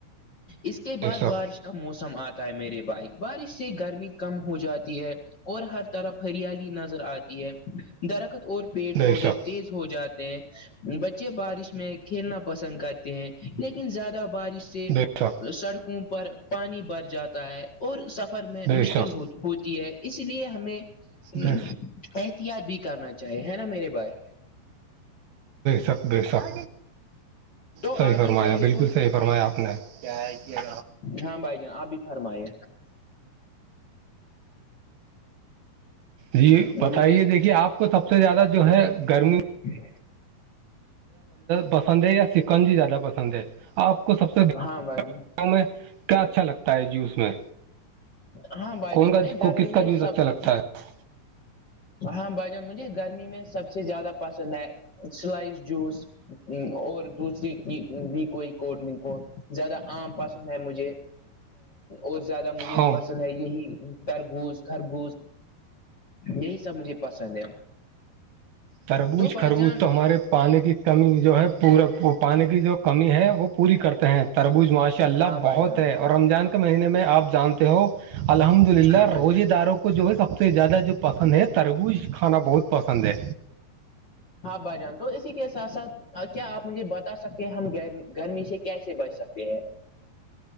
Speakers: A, on the left (about 50°); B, on the right (about 75°).
A: اس کے بعد
B: بے شک
A: بارش کا موسم آتا ہے میرے بھائی بارش سے گرمی کم ہو جاتی ہے اور ہر طرف ہریالی نظر آتی ہے درخت اور پیڑ
B: بے
A: پودے
B: شک
A: تیز ہو جاتے ہیں بچے بارش میں کھیلنا پسند کرتے ہیں لیکن زیادہ بارش سے
B: بے شک
A: سڑکوں پر پانی بھر جاتا ہے اور سفر میں
B: بے
A: مشکل
B: شک
A: ہو ہوتی ہے اس لیے ہمیں
B: بے
A: احتیاط بھی کرنا چاہے ہے نا میرے بائے
B: سخ بی سخ
A: تو
B: صحیح
A: آپ
B: فرمایا
A: بھی کہیے
B: بالکل
A: کچھ
B: صحیح فرمایا آپ نے کیا کیا
A: ہاں بھائی جان آپ بھی فرمائیے
B: جی بتائیے
A: بولیے
B: دیکھیے آپ کو سب سے زیادہ جو ہے گرمی
A: ہی
B: پسند ہے یا چکن جی زیادہ پسند ہے آپ کو سب سے
A: ہاں بھائی
B: میں کیا اچھا لگتا ہے جوس میں
A: ہاں بھائی
B: کون
A: جان
B: کا
A: میں گرمی
B: کو کس
A: میں
B: کا جیس
A: سب
B: اچھا لگتا ہے
A: ہاں بھائی جان مجھے گرمی میں سب سے زیادہ پسند ہے سلائس جوس اور دوسری بھی کوئی کوٹ لن کو زیادہ عام پسند ہے مجھے اور زیادہ مجھے
B: ہاں
A: پسند ہے یہی تربوز خربوز یہی سب مجھے پسند ہے
B: تربوج
A: تو بھائی
B: خربوج
A: جان
B: تو ہمارے پانی کی کمی جو ہے پورا پانی کی جو کمی ہے وہ پوری کرتے ہیں تربوز ماشاء اللہ
A: ہاں
B: بہت
A: بھائی جان
B: ہے اور رمضان کے مہینے میں آپ جانتے ہو الحمد للہ
A: ہاں بھائی
B: روزے
A: جان
B: داروں کو جو ہے سب سے زیادہ جو پس یں تربوز کھانا بہت پسند ہے
A: با جان تو اسی کے ساتھ ساتھ اور کیا آپ مجھے بتا سکتے ہیں ہم گ گرمی سے کیسے بچ سکتے ہیں